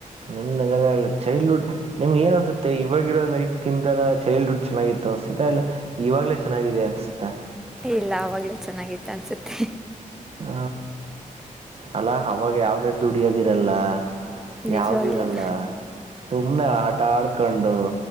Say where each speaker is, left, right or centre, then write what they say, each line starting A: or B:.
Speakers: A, on the right (about 45°); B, in the centre.
A: ನಿಮ್ದಲ ಚೈಲ್ಡ್ಹುಡ್ ನಿಮ್ಗೆ ಏನ್ುತ್ತೆ ಇವಾಗಿರೋ ಲೈಫ್ ಕಿಂತ ಚೈಲ್ಡ್ಹುಡ್ ಚೆನ್ನಾಗಿತ್ತು ಅಸತಿತಾ ಇಲ್ಲ ಇವಾಗ್ಲೇ ಚೆನ್ನಾಗಿದೆ ಅನ್ಸತಾ
B: ಇಲ್ಲ ಆವಾಗಲೇ ಚೆನ್ನಾಗಿತ್ತು ಅನಿಸುತ್ತೆ
A: ಹ ಅಲ್ಲಾ ಅವವಾಗ ಯಾವ್ದೇ ದುಡಿಯೋದಿರಲ್ಲ ಯಾವ್ದು
B: ನಿಜವಾಗ್ಲೂ
A: ಇರಲ್ಲ ಸುಮ್ನೆ ಆಟ ಆಡ್ಕೊಂಡು